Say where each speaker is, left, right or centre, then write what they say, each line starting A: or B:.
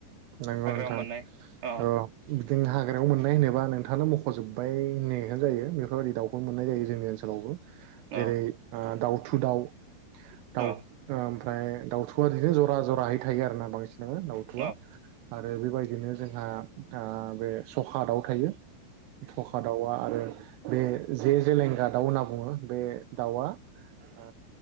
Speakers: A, on the right; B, on the right.
A: नंगौ
B: हाग्रायाव
A: नोंथां
B: मोननाय अ
A: औ बिदिनो हाग्रायाव मोननाय होनोबा नोंथाङानो मख'जोबबाय होननायखौनो जायो बेफोरबायदि दाउखौनो मोननाय जायो जोंनि ओनसोलावबो
B: अ
A: जेरै ओ दाउथु दाउ दाउ
B: अ
A: ओमफ्राय दाउथुवआ बिदिनो जरा जराहै थायो आरो ना बांसिनानो दाउथुवआ
B: अ
A: आरो बेबायदिनो जोंहा ओ बे सखा दाउ थायो फखा दाउआ आरो बे जे जेलेंगा दाउ होनना बुङो बे दाउआ ओ